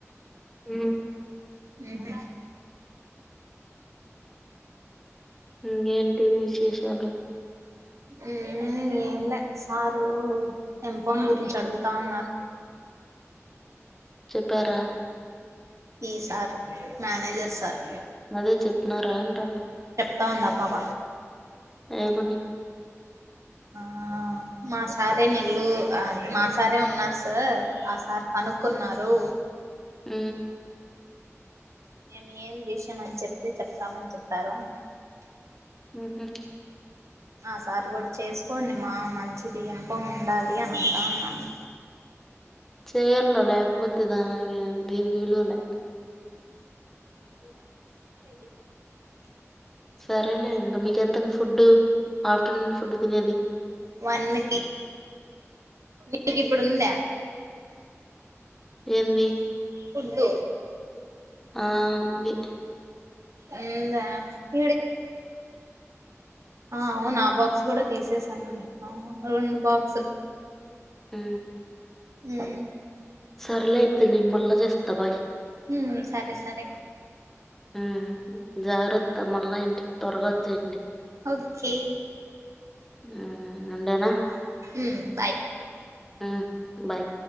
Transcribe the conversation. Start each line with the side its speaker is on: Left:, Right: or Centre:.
Centre: ఉ
Right: ఉ హు
Centre: ఇంగేటి విశేషాలు
Right: ఉ ఏంలే సారు ఎంపన్ గురించి అడుగుతన్నారు
Centre: చెప్పరా
Right: ఈ సార్ మేనేజ్ చేసారు
Centre: అదే చెప్పినార అంటన్న
Right: బందీ అపాప
Centre: ఏ మనీ
Right: ఆ మా సారే నిల్లు మా సారే ఉన్నారు సార్ ఆ సార్ కనుక్కున్నారు
Centre: అ
Right: మేము ఏం విషయం అని చెప్తే చెప్తామని చెప్పారు
Centre: ఉ హు
Right: ఆ సార్ కూడ చేసుకోండి మా మంచిది ఎంప ఉండాలి అని అంటా ఉన్నాను
Centre: చేయ లేకపోతేద దీనికి విలువలే
Right: <inaudible>
Centre: సరేలే మీకెంత ఫుడ్ ఆఫ్టర్నూన్ ఫుడ్ తినేది
Right: వన్కి నీకు ఇప్పుడు ఉందా
Centre: ఎన్ని
Right: ఫుడ్
Centre: ఆ ఉంది
Right: <unintelligible> అవునా ఆ బాక్స్ కూడ తీసేసాను రెండు బాక్సులు
Centre: ఆ
Right: ఉమ్
Centre: సర్లే అయితే నేను మల్ల చేస్తా బాయ్
Right: ఉమ్ సరే సరే
Centre: ఉమ్ జాగ్రత్త మళ్ళా ఇంటికి త్వరగా వచ్చేయండి
Right: ఓకే
Centre: ఆ వుండేనా
Right: ఉమ్ బాయ్
Centre: ఉ బాయ్